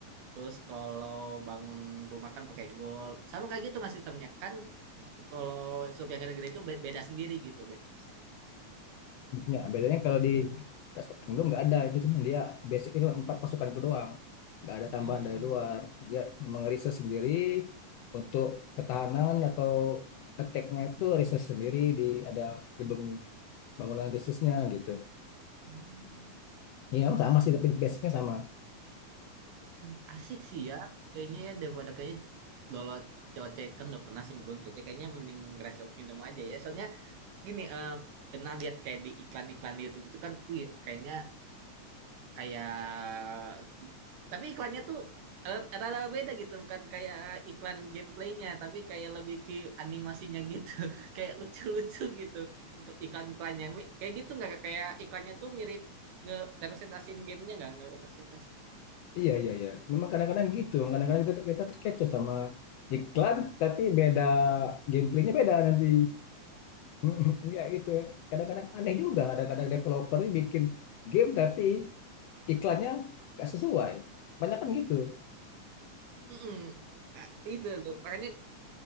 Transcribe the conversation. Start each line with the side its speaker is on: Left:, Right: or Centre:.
Right: Terus kalau bangun rumah kan pakai gold. Sama kayak gitu nggak sistemnya kan kalau sub yang gede-gede itu be- beda sendiri gitu. beda.
Left: Ya, bedanya kalau di United Kingdom nggak ada itu cuma dia basicnya cuma empat pasukan itu doang nggak ada
Right: Hmm.
Left: tambahan dari luar dia memang riset sendiri untuk ketahanan atau attack-nya itu riset sendiri di ada gedung bangunan risetnya gitu
Right: Hmm.
Left: Iya sama sih tapi basicnya sama
Right: Hmm, asik sih ya. Kayaknya ya daripada kayaknya lolo cocek kan udah pernah sih menurun cocek kayaknya mending Rise of Kingdom aja ya. Soalnya gini eh pernah lihat kayak di iklan-iklan di YouTube itu kan wih kayaknya kayak tapi iklannya tuh eh, rada beda gitu bukan kayak iklan gameplaynya tapi kayak lebih ke animasinya gitu <laughs> kayak lucu-lucu gitu ik- iklan-iklannya Mi- kayak gitu nggak Kak? kayak iklannya tuh mirip nge representasiin gamenya nggak nggak representasi
Left: <clears throat> iya iya iya memang kadang-kadang gitu kadang-kadang kita kita terkecoh sama iklan tapi beda gameplaynya beda nanti <laughs> Ya gitu. ya. Kadang-kadang aneh juga, kadang-kadang developer ini bikin game tapi iklannya nggak sesuai. Banyak kan gitu.
Right: Mm-mm. Ka- Itu loh. Makanya